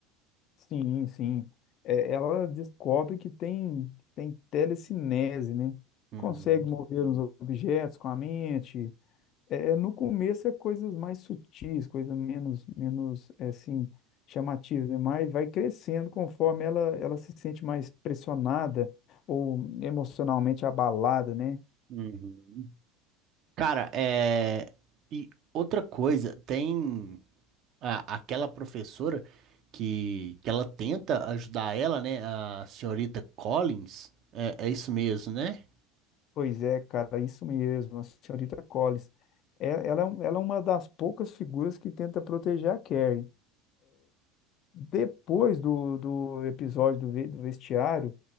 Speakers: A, on the left; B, on the right.
A: Sim, sim. É, ela descobre que tem, tem telecinese, né?
B: Uhum,
A: Consegue mover os objetos com a mente É, no começo é coisas mais sutis, coisas menos, menos é, assim, chamativas, né? mas vai crescendo conforme ela, ela se sente mais pressionada ou emocionalmente abalada, né?
B: uhum. Cara, é. E outra coisa, tem. a- aquela professora que, que ela tenta ajudar ela, né? A senhorita Collins. É, é isso mesmo, né?
A: Pois é, cara, isso mesmo, a senhorita Collins. É, ela, é um- ela é uma das poucas figuras que tenta proteger a Carrie. Depois do, do episódio do, ve- do vestiário,